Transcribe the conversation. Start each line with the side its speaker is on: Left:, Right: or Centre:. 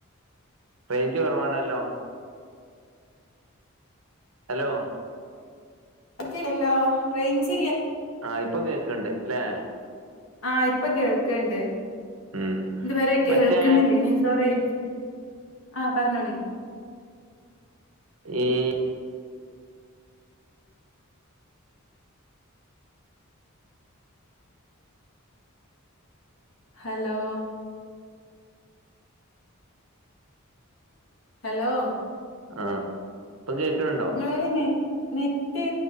Right: റേഞ്ച് കുറവാണല്ലോ ഹലോ
Left: ക്കില്ലല്ലോ റേൻജ് ഇല്ല്യ
Right: ആഹ് ഇപ്പം കേക്ണ്ട് ല്ലേ
Left: ആഹ് ഇപ്പ കേൾക്ണ്ട്.
Right: ഉം
Left: ഇതുവരെ കേൾക്കുന്നില്ലേനി
Right: മറ്റേ
Left: എന്തോ റേഞ്ച് ആഹ് പറഞ്ഞോളി
Right: ഏഹ്
Left: ഹലോ ഹലോ
Right: ആ ഇപ്പൊ കേക്കണ്‌ണ്ടോ
Left: നിങ്ങളേല് നെ നെറ്റ്